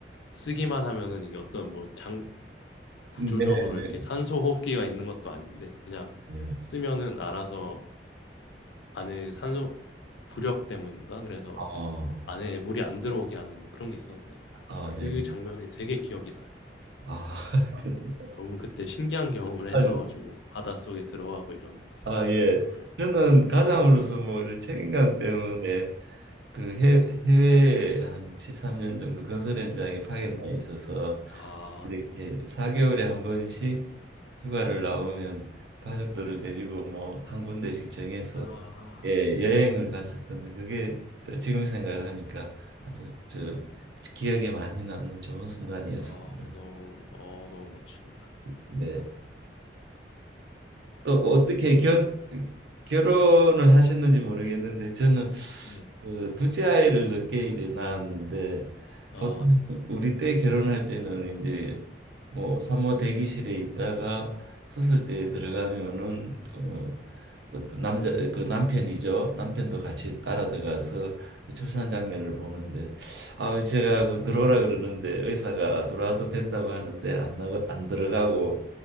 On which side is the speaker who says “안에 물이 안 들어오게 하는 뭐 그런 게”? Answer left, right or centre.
Left